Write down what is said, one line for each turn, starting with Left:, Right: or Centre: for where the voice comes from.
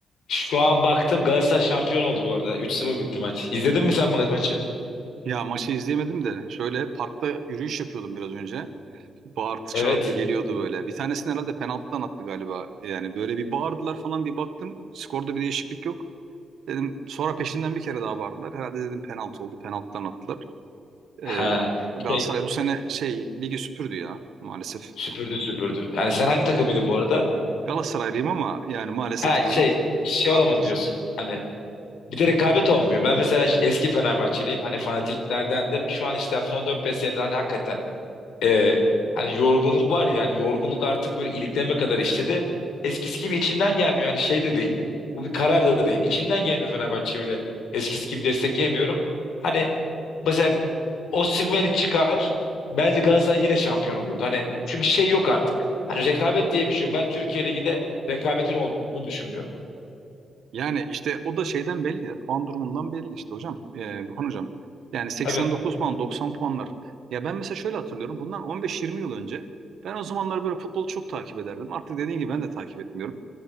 Left: Şu an baktım Galatasaray şampiyon oldu bu arada. üç 0 bitti maç. İzledin mi sen ma- maçı?
Right: Ya maçı izleyemedim de şöyle parkta yürüyüş yapıyordum biraz önce. Bağırtı
Left: Evet.
Right: çağırtı geliyordu böyle. Bir tanesini herhalde penaltıdan attı galiba. Yani böyle bir bağırdılar falan bir baktım. Skorda bir değişiklik yok. Dedim sonra peşinden bir kere daha bağırdılar. Herhalde dedim penaltı oldu. Penaltıdan attılar. Ee,
Left: Ha.
Right: Galatasaray
Left: Şey,
Right: bu sene şey ligi süpürdü ya maalesef.
Left: süpürdü süpürdü. Yani sen hangi takımıydın bu arada?
Right: Galatasaraylıyım ama yani maalesef
Left: Ha
Right: diyorum.
Left: şey şey
Right: Artık
Left: olamaz diyorsun. Hani bir de rekabet olmuyor. Ben mesela ş- eski Fenerbahçeliyim. Hani fanatiklerdendim. Şu an işte son 4-5 senedir hani hakikaten e, hani yorgunluk var ya yani yorgunluk artık böyle ilikleme kadar işledi. Eskisi gibi içimden gelmiyor. Hani şey de değil. Bu bir karar da değil. İçimden gelmiyor Fenerbahçe'ye öyle eskisi gibi destekleyemiyorum. Hani Mesela Osimhen'i çıkar. Bence Galatasaray yine şampiyon olurdu. Hani çünkü şey yok artık. Hani rekabet diye bir şey yok. Ben Türkiye Ligi'nde rekabetin olduğunu düşünmüyorum.
Right: Yani işte o da şeyden belli ya, puan durumundan belli işte hocam. Ee, Burhan hocam. Yani 89
Left: Tabii. Evet.
Right: puan, 90 puanlar. Ya ben mesela şöyle hatırlıyorum. Bundan 15-20 yıl önce ben o zamanlar böyle futbolu çok takip ederdim. Artık dediğin gibi ben de takip etmiyorum.